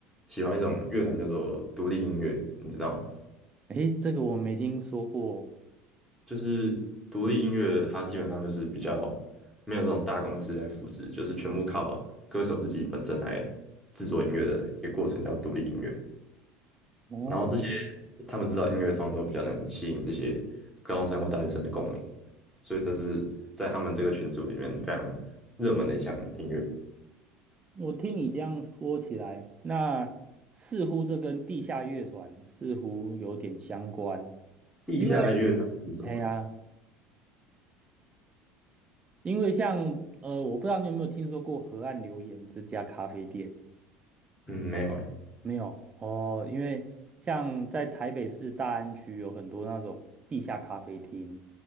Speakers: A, in the centre; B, on the right.
A: 喜欢一种乐团叫做独立音乐，你知道吗？
B: 诶，这个我没听说过
A: 就是独立音乐，它基本上就是比较没有那种大公司来复制，就是全部靠歌手自己本身来制作音乐的一个过程，叫独立音乐。
B: 哦。
A: 然后这些他们知道音乐，通常都比较能吸引这些高中生或大学生的共鸣，所以这是在他们这个群组里面非常热门的一项音乐。
B: 我听你这样说起来，那似乎这跟地下乐团似乎有点相关，
A: 地下乐团是什么？
B: 因为哎呀，因为像呃，我不知道你有没有听说过河岸留言这家咖啡店。
A: 嗯，没有哎、
B: 没有哦，因为像在台北市大安区有很多那种地下咖啡厅，